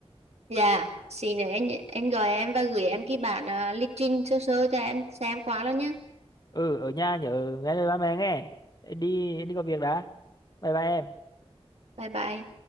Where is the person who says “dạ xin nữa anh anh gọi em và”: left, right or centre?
Right